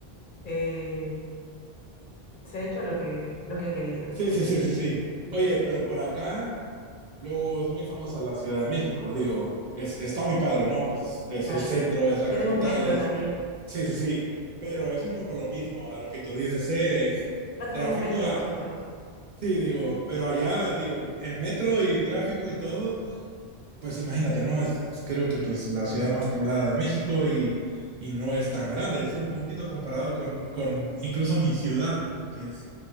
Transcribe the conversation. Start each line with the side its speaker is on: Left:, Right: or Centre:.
Left: eh, se ha hecho lo que, lo que han querido.
Right: Sí, sí, sí, sí, sí. Oye, pero por acá, Luego es muy famosa la Ciudad de México, digo, es, está muy padre, ¿no? Pues es, es,
Left: Claro.
Right: el centro, es la
Left: Tienen
Right: capital,
Left: un metro
Right: es...
Left: también.
Right: Sí, sí, sí, pero es un poco lo mismo a lo que tú dices, es
Left: No tenemos
Right: tráfico,
Left: metro
Right: a...
Left: nosotros.
Right: sí, digo, pero allá, digo, en metro y tráfico y todo, pues imagínate, ¿no? Es, es, creo que pues la ciudad más poblada de México y, y no es tan grande, es un puntito comparado con, con incluso mi ciudad, que es,